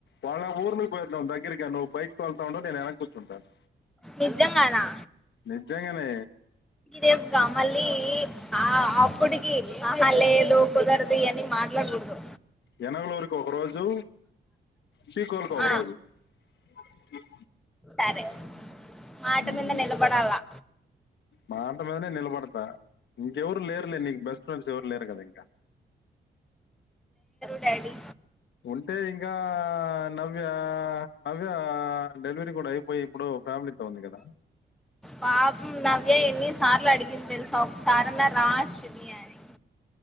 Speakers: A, on the left; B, in the centre.
A: వాళ్ళ ఊరులు పోయివాదం దగ్గ దగ్గరిగా నువ్వు బైక్ తొత్త ఉండు నేను వెనకా కూర్చుంటాను
B: నిజంగానా
A: నిజంగానే
B: సీరియస్ గా మళ్ళీ ఆ అప్పుడగి లేదు కుదరదు అని మాట్లాడకూడదు
A: జనంలోకి ఒక రోజు చీ కోల్ ఒకరోజు
B: ఆ
A: బస్సు సౌండ్
B: సరే మాట
A: ఉ
B: మీద నిలబడాలా
A: మాట మీదనే నిలబడతా ఇంకెవరు లేరులే నీకు బెస్ట్ ఫ్రెండ్స్ ఎవరు లేరు కదా ఇంకా
B: డాడి
A: ఉంటే ఇంకా నవ్య నవ్య డెలివరీ కూడా అయిపోయి ఇప్పుడు ఫ్యామిలీతో ఉంది కదా
B: పాపం నవ్య ఎన్ని సార్లు అడిగిందో ఒక్కసారన్నా రా అశ్విని అని